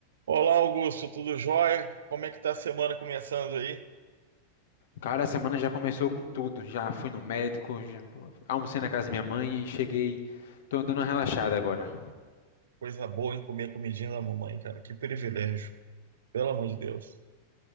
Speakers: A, on the right (about 65°); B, on the left (about 55°).
A: Olá, Augusto, tudo jóia? Como é que tá a semana começando aí?
B: Cara, a semana já começou com tudo. Já fui no médico, já almocei na casa da minha mãe e cheguei. Tô dando uma relaxada agora.
A: Coisa boa em comer a comidinha da mamãe, cara. Que privilégio, pelo amor de Deus.